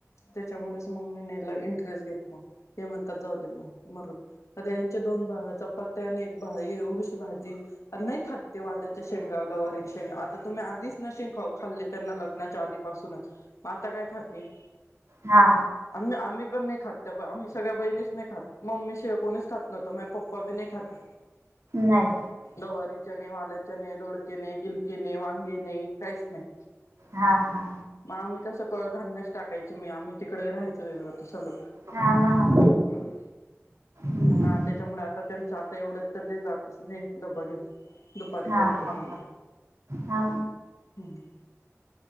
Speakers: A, on the left; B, on the right.
A: त्याच्यामुळेच मग मी नाही इंटरेस्ट घेत मग. हे म्हणतात जाऊ दे, मग मरु दे. आता यांचे दोन भावाच्या चपात्या आणि एक भा एवढशी भाजी जी नाही खात तो - शेंगा, गवारीच्या शेंगा आता तुम्ही आधीच- नसेल खाल्लं - त्यांना लग्नाच्या आधी- पासूनच मग आता काय खाते?
B: हा
A: आम् आम्ही- पण नाही खात. आम्ही सगळ्या बहीणीच नाही खात. मम्मी शिवाय कोणीच खात नव्हत. माझ पप्पा बी नाही खात.
B: नाही
A: जवारी - <unintelligible> दोडके नाही, गिलके नाही, वांगे नाही, काहीच नाही.
B: हा हा
A: मग आम्ही कसं कडधान्यच टाकायची मी. आम्ही तिकडे राहायचं वेगळं त सगळं.
B: हा ना हा
A: हम्म-
B: हम्म.
A: मग त्याच्यामुळे आता त्यांचं आता एवढ्यात तर ते जातच नाही डबा घेऊन. दुपारी करते
B: हा
A: मग.
B: हा
A: हम्-